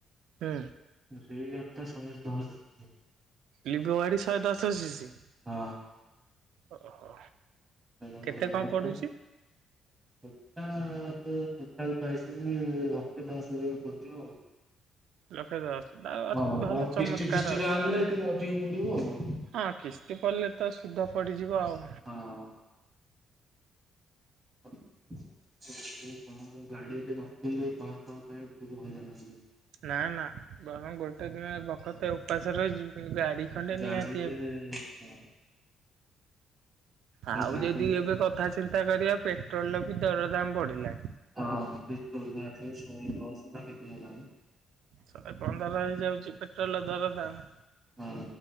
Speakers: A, on the right; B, on the right.
A: ହୁଁ
B: ସେଇ ଗଡିତ ସହେ ଦଶଜ
A: ଲିଭୋ ଗାଡ଼ି ଶହେ ଦଶ ଶିଶି
B: ହଁ
A: ଓହୋ
B: କ
A: କେତେ
B: ଭଲ
A: କଣ
B: ଗାଡ଼ି
A: ପଡୁଛି?
B: ଟା ସେଟା ତ ସେଟା ପାଇସ ଲକ୍ଷେ ଦଶହକୁ ପଡିଯିବ ଆଉ
A: ଲକ୍ଷେ ଦଶ୍ ଆଉ
B: ହଁ
A: ଭଲ
B: ଆଉ
A: ଚମତ୍କାର
B: କିସ୍ତି ଫିସ୍ତି
A: ଅଛି।
B: ଟା ଆଣିଲେ ଟିକେ ଅଧିକ ପଡିବ ଆଉ।
A: ହଁ କିସ୍ତି ପଡ଼ିଲେ ତ ସୁଧ ପଡିଯିବ ଆଉ
B: ହଁ <unintelligible>
A: ନା ନା ବରଂ ଗୋଟେ ଦିନ ବକତେ ଉପାସ ରହିଯିବି କିନ୍ତୁ ଗାଡି ଖଣ୍ଡେ
B: ଗାଡ଼ିରେ
A: ନିହାତି ହେବି।
B: ହଁ
A: ଆଉ
B: ଗାଡି
A: ଯେଦି ଏବେ କଥା ଚିନ୍ତା କରିବା ପେଟ୍ରୋଲର ବି ଦର ଦାମ ବଢିଲା
B: ହଁ ଚଲ ଆସି ସହେ ଦସ କେତେ ହେଲାନି
A: ଶହେ ପନ୍ଦର ହେଇଯାଉଚି ପେଟ୍ରୋଲ ର ଦର ଦାମ
B: ହଁ